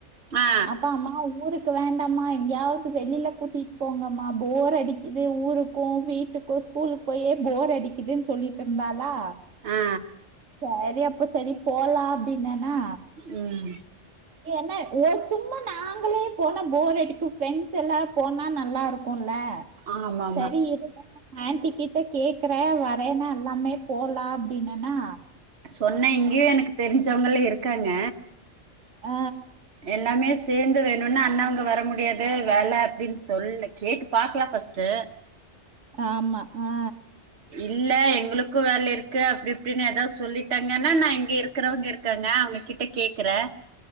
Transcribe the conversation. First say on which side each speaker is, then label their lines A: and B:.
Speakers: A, on the right; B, on the right.
A: ஆ
B: அப்பா அம்மாவு ஊருக்கு வேண்டாமா எங்கையாவது வெளியில கூட்டிட்டு போங்கம்மா போர் அடிக்குது ஊருக்கு வீட்டு க்கு ஸ்கூலுக்கு போயே போர் அடிக்குதுன்னு சொல்லிட்டு இருந்தாளா
A: ஆ
B: சரி அப்ப சரி போலா அப்டின்னனா
A: ம்
B: ஏன்ன ஒரு சும்மா நாங்களே போனா போர் அடிக்கு ஃப்ரெண்ட்ஸ் எல்லார் போனா நல்லா இருக் குல்லே
A: ஆமா ஆமா
B: சரி இரு ஆன்ட்டி கிட்ட கேக்குறே வரேன்னா எல்லாமே போலா அப்டினன்னா
A: சொன்ன இங்கேயு எனக்கு தெரிஞ்சவங்கல்ல இருக்காங்க
B: ஆ
A: எல்லாமே சேந்து வேணுனா அண்ண இங்க வர முடியாது வேல அப்டின்னு சொல் கேட்டு பாக்கலா ஃபஸ் ட்டு
B: ஆமா ஆ
A: இல்ல எங்களுக்கு வேல இருக்கு அப்டி இப்டின்னு ஏதா சொல்லிட்டாங்கன்னா நா இங்க இருக்கிறவங்க இருக் காங்க அவங்ககிட்ட கேக்கறே